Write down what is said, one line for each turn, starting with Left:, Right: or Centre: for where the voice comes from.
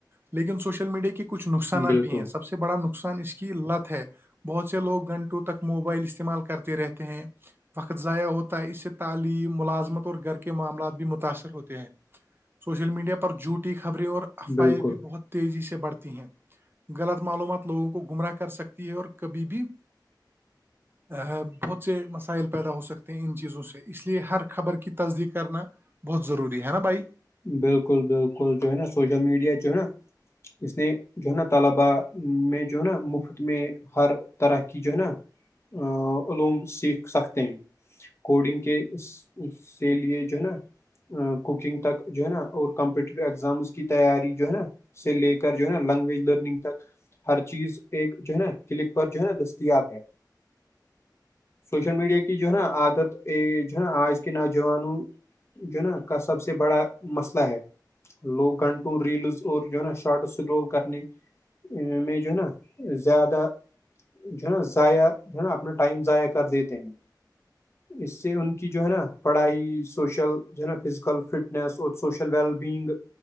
Right: لیکن سوشل میڈیا کے کچھ نقصانات
Left: بالکل
Right: بھی ہیں سب سے بڑا نقصان اس کی لت ہے بہت سے لوگ گھنٹوں تک موبائل استعمال کرتے رہتے ہیں وقت ضائع ہوتا ہے اس سے تعلیم ملازمت اور گھر کے معاملات بھی متاثر ہوتے ہیں سوشل میڈیا پر جھوٹی خبریں اور اف
Left: بالکل
Right: آئی بھی بہت تیزی سے بڑھتی ہیں غلط معلومات لوگوں کو گمراہ کر سکتی ہے اور کبھی بھی بہت سے مسائل پیدا ہو سکتے ہیں ان چیزوں سے اس لیے ہر خبر کی تصدیق کرنا بہت ضروری ہے نا بھائی
Left: بالکل بالکل جو ہے نا سوشل میڈیا جو ہے نا اس نے جو ہے نا طلباء میں جو ہے نا مفت میں ہر طرح کی جو ہے نا ا علوم سیکھ سکتے ہیں کوڈنگ کے سے لیے جو ہے نا کوکنگ تک جو ہے نا اور کمپیٹیٹیو ایگزامز کی تیاری جو ہے نا سے لے کر جو ہے نا لینگویج لرننگ تک ہر چیز ایک جو ہے نا کلک پر جو ہے نا دستیاب ہے سوشل میڈیا کی جو ہے نا عادت جو ہے نا آج کے نوجوانوں جنا کا سب سے بڑا مسئلہ ہے لوگ گھنٹوں ریلز اور جو ہے نا شارٹ سکرول کرنے میج نا زیادہ جو ہے نا ضائع جو ہے نا اپنا ٹائم ضائع کر دیتے ہیں اس سے ان کی جو ہے نا پڑھائی سوشل جو ہے نا فزیکل فٹ اور سوشل ویل بینگ